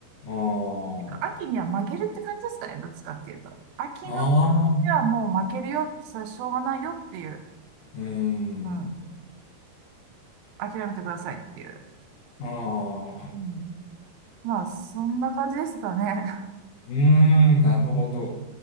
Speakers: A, on the left; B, on the right.
A: あ
B: んか秋には負けるって感じですかね、どっちかっていうと。秋の時はもう負けるよって、
A: あ、ああ、う
B: それはしょうがないよっていう、
A: ーん、
B: うん、諦めてくださいっていう。
A: ああ、
B: うん、まあ、そんな感じですかね。
A: うーん、なるほど。